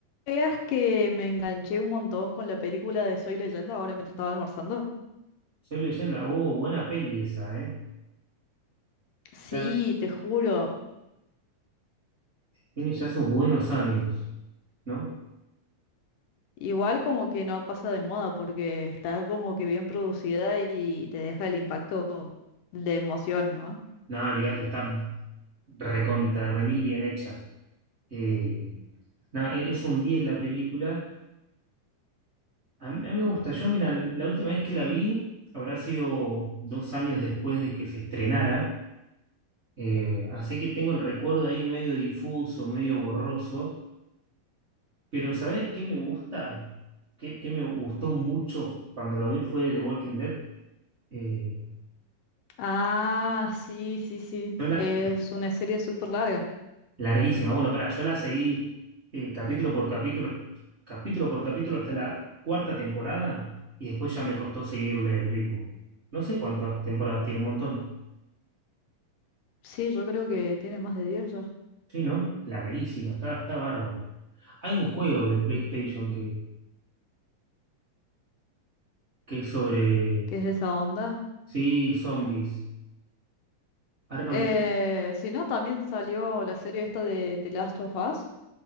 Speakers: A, on the left; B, on the right.
A: veas que me enganché un montón con la película de Soy Leyenda ahora mientras estaba almorzando?
B: Soy leyenda. Oh, buena peli esa, ¿eh?
A: Sí,
B: Ya,
A: te juro.
B: tiene ya sus buenos años, ¿no?
A: Igual como que no pasa de moda porque está como que bien producida y te deja el impacto de emoción, ¿no?
B: No, olvídate, está recontra, remil bien hecha. Eh, no, e- es un 10 la película. A mí, a mí me gusta. Yo, mira, la última vez que la vi habrá sido dos años después de que se estrenara. Eh, así que tengo el recuerdo ahí medio difuso, medio borroso. Pero ¿sabes qué me gusta? ¿Qué, qué me gustó mucho cuando lo vi fue The Walking Dead? Eh,
A: Ah, sí, sí, sí.
B: yo la,
A: Es una serie súper larga.
B: Larguísima. Bueno, pará, yo la seguí eh, capítulo por capítulo, capítulo por capítulo hasta la cuarta temporada y después ya me costó seguirle el ritmo. No sé cuántas temporadas tiene, un montón.
A: Sí, yo creo que tiene más de 10 ya,
B: Sí, ¿no? Larguísima, está, está bárbaro. Hay un juego de PlayStation que, que es sobre,
A: que es de esa onda.
B: sí, zombies. Ahora no
A: Eh,
B: me está...
A: si no, también salió la serie esta de The Last of Us,